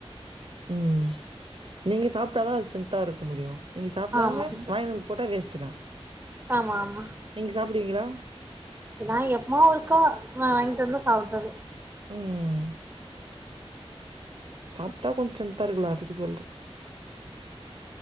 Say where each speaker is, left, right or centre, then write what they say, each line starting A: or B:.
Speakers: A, on the right; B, on the right.
A: உம் நீங்க சாப்டாதா அது ஸ்ரென்தா இருக்க முடியு நீங்க சாப்டாம
B: ஆமா
A: வாங்கி வந் போட்டா வேஸ்டு தா
B: ஆமா ஆமா
A: நீங்க சாப்புடுவீங்களா
B: நா எப்பமா ஒருக்கா வாங்கிட்டு வந்து சாப்புறது
A: ம்ம் சாப்ட்டா கொஞ்ச ஸ்ட்ரெந்தா இருக்கலா அதுக்கு சொல்ற